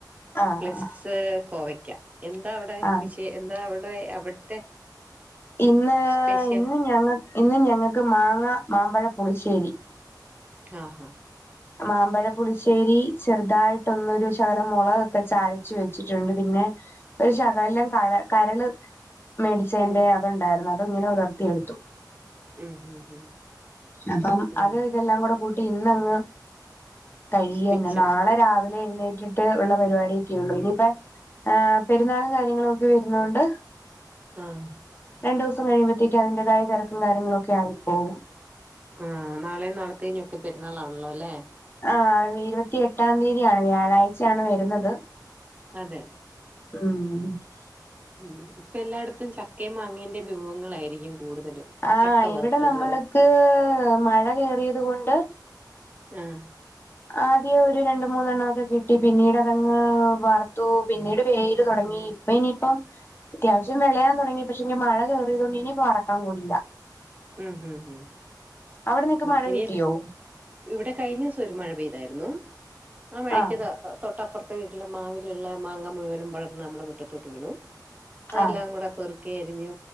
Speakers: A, on the left; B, on the right.
A: ആഹ്
B: പ്ലസ് ത് കോവയ്ക്ക എന്താ അവിടെ
A: ആഹ്
B: വിഷയ എന്താ അവിടെ അവിടുത്തെ
A: ഇന്ന്
B: സ്പെഷ്യൽ
A: ഇന്ന് ഞങ്ങക്ക് ഇന്ന് ഞങ്ങക്ക് മാങ്ങ മാമ്പഴ പുളിശ്ശേരി
B: ആഹ് ഹ
A: മാമ്പഴ പുളിശ്ശേരി ചെറുതായിട്ടൊന്നൊരു ശകലം മുളകൊക്കെ ചാലിച് വെച്ചിട്ടുണ്ട് പിന്നെ ഒരു ശകലം കര കരള് മേടിച്ചതിന്റെ
B: ഉം
A: അതൊണ്ടായിരുന്നു അത് ഇങ്ങനെ ഉലർത്തിയെടുത്തു
B: ഉം ഉം ഉം
A: അതാണ്
B: ഉം
A: അത് ഇതെല്ലാം കൂടെ കൂട്ടി ഇന്നങ്ങ് കഴിയന്നെ
B: ഭിക്ഷം
A: നാളെ രാവിലെ എഴുന്നേറ്റ് ട്ട് ഉള്ള പരിപാടിയൊക്കെ ഉള്ളൂ ഇനിയിപ്പോ ഏ പെരുന്നാളും കാര്യങ്ങളും ഒക്കെ വരുന്നൊണ്ട്
B: ആഹ്
A: രണ്ടൂസം കഴിയുമ്പഴത്തേക്ക് അതിന്റേതായ തെരക്കും കാര്യങ്ങളൊക്ക്യായി പോവും
B: ആഹ് നാളെയും നാളത്തെഞ്ഞൊക്കെ പെര്ന്നാളാണല്ലോ ല്ലേ.
A: ആഹ് ഇരുപത്തിഎട്ടാം തീയതിയാണ് വ്യാഴാഴ്ചയാണ് വെരുന്നത്.
B: അതെ
A: ഉം
B: ഉം ഇപ്പ എല്ലാട്ത്തും ചക്കേം മാങ്ങേന്റെ വിഭവങ്ങളായിരിക്കും കൂടുതലും.
A: ആഹ്
B: ചക്ക വറുത്തത്
A: ഇവടെ നമ്മള്ക്ക് മഴകേറിയത് കൊണ്ട്
B: ആഹ്
A: ആദ്യൊര് രണ്ട് മൂന്നെണ്ണൊക്കെ കിട്ടി പിന്നീട് അതങ്ങ് വറ്ത്തു പിന്നീട് വേര് തൊടങ്ങി പ്പനിയിപ്പം അത്യാവശ്യം വെളയാൻ തൊടങ്ങി പക്ഷെ ഞ് മഴ കേറിയതോണ്ട് ഇനി പറക്കാൻ കൊള്ളില്ല.
B: ഉം ഉം ളും
A: അവിടെ നിങ്ങക്ക്
B: അഹ്
A: മഴ
B: ഇനിയെല്ലം
A: കിട്ടിയോ
B: ഇവടെ കഴിഞ്ഞിസം ഒരു മഴ പെയ്തായിരുന്നു ആ മഴക്കത്
A: ആഹ്
B: അഹ് തൊട്ടപ്പർത്തെ വീട്ടിലെ മാവില്ള്ള മാങ്ങ മുഴുവനും വളർന്ന് നമ്മടെ മുറ്റത്തോട്ട് വീണു. അതെല്ലാം
A: ആഹ്
B: കൂടെ പെറ്ക്കി അരിഞ്ഞ്